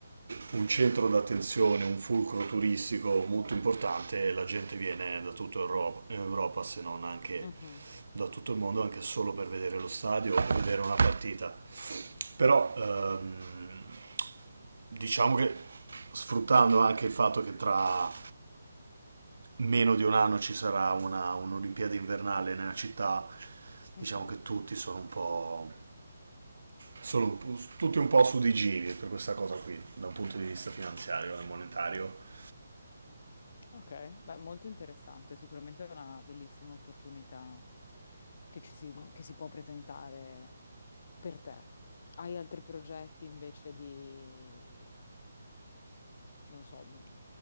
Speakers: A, on the right; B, on the left.
A: un centro d'attenzione, un fulcro turistico molto importante e la gente viene da tutta Europa, Europa, se non anche
B: Mhm.
A: da tutto il mondo, anche solo per vedere lo stadio o per vedere una partita. Però ehm, Diciamo che sfruttando anche il fatto che tra meno di un anno ci sarà una, un'Olimpiade invernale nella città,
B: Mhm.
A: diciamo che tutti sono un po'... Sono un po- tutti un po' su di giri per questa cosa qui, da un punto di vista finanziario e monetario.
B: Ok, beh, molto interessante, sicuramente è una bellissima opportunità che ci si, che si può presentare per te. Hai altri progetti invece di, non so,